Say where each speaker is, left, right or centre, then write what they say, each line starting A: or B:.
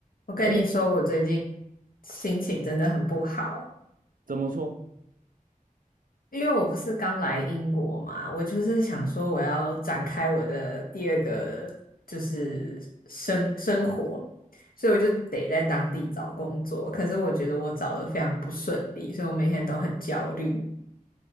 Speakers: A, on the left; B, on the right.
A: 我跟你说，
B: 哎，
A: 我最近心情真的很不好，
B: 怎么说？
A: 因为我不是刚来英国嘛，我就是想说我要展开我的第二个就是生生活，所以我就得在当地找工作。可是我觉得我找的非常不顺利，所以我每天都很焦虑。